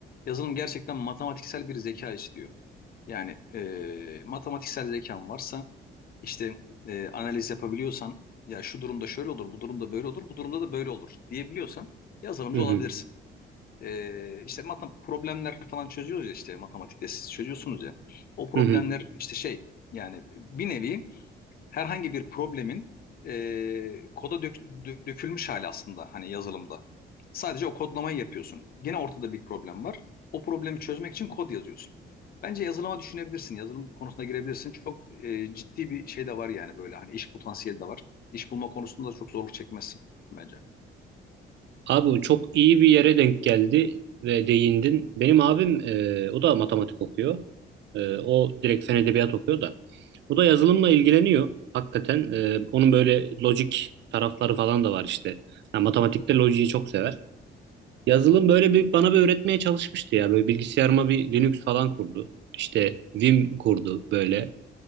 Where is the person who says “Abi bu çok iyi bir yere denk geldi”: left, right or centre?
Right